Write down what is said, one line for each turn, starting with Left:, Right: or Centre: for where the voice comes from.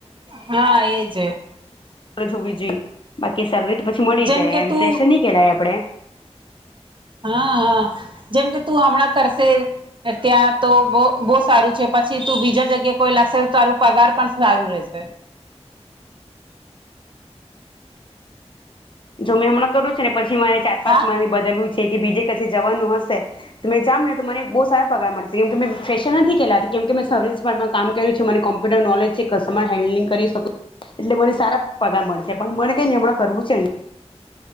Right: હા એજ.
Left: જોવી જોઈએ. કે સેલરી તો પછી મળી
Right: જેમ
Left: જાય
Right: કે
Left: એમ
Right: તું
Left: ફ્રેશર નહી કેહેલાય આપડે.
Right: હા હા જેમ કે તું હમણાં કરશે ત્યાં તો બહુ સારું છે પછી તું બીજા જગ્યા કોઈ લાગશે તારું પગાર પણ સારું રહેશે.
Left: જો મે હમણાં કરું છે ને. પછી મારે ચાર પાંચ
Right: હા
Left: માં બદલવું છે કે બીજે કસે જવાનું હશે તો મેં જામ ને તો મને બહુ સારા પગાર મળશે કેમ કે મેં ફેશર નથી કેલાતી કેમ કે મેં સર્િસિાર્ટમાં કામ કર્યું છે મને કોમ્પ્યુટર નોલેજ છે કસ્ટમર હેન્ડલિંગ કરી શકું એટલે મને સારા પગાર મળશે પણ મ કઈ હમણાં કરવું છે અહીંયા